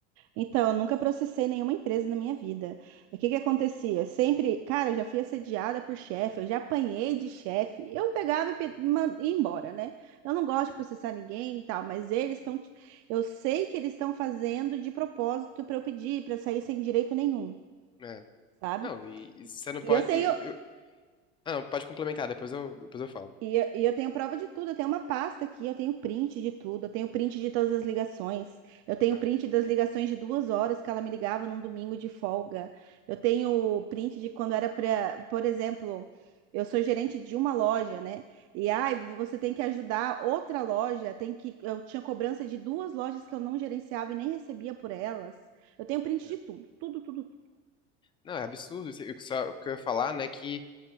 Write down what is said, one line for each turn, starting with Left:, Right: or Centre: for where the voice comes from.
Right: Então, eu nunca processei nenhuma empresa na minha vida. E O que que acontecia? Sempre, cara, eu já fui assediada por chefe, eu já apanhei de chefe. Eu pegava e pe- man- ia embora, né? Eu não gosto de processar ninguém e tal, mas eles estão, t- eu sei que eles estão fazendo de propósito para eu pedir, para sair sem direito nenhum,
Left: <laughs> né?
Right: sabe?
Left: Não, e, e você não pode.
Right: E eu tenho,
Left: e- eu- eu- ah, não, pode complementar, depois eu, depois eu falo.
Right: E eu, e eu tenho prova de tudo, eu tenho uma pasta aqui, eu tenho print de tudo, eu tenho print de todas as ligações, eu tenho
Left: É.
Right: print das ligações de duas horas que ela me ligava num domingo de folga, eu tenho print de quando era pra, por exemplo, eu sou gerente de uma loja, né? E ai, você tem que ajudar outra loja, tem que, eu tinha cobrança de duas lojas que eu não gerenciava e nem recebia por elas. Eu tenho print
Left: É.
Right: de tudo, tudo, tudo. tudo.
Left: Não, é absurdo. isso- O que só- o que eu ia falar, né, que